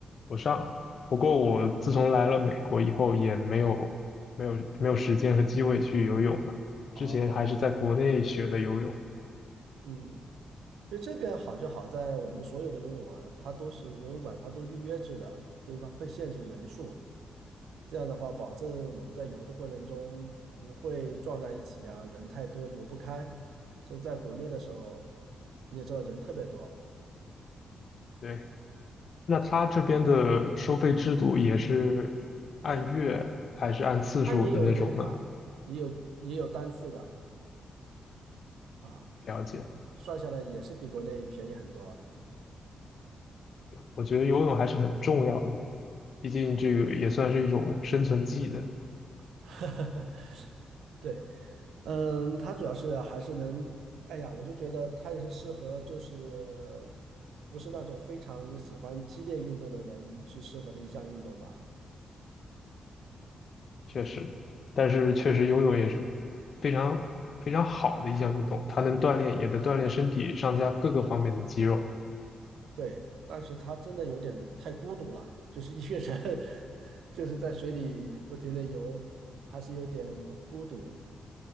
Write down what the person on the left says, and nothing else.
我上，不过我自从来了美国以后，也没有没有没有时间和机会去游泳了。
之前还是在国内学的游泳。
对，那他这边的收费制度也是按月还是按次数的那种呢？
了解，
我觉得游泳还是很重要的，毕竟这个也算是一种生存技能，
确实。但是确实游泳也是非常非常好的一项运动，它能锻炼，也能锻炼身体上下各个方面的肌肉。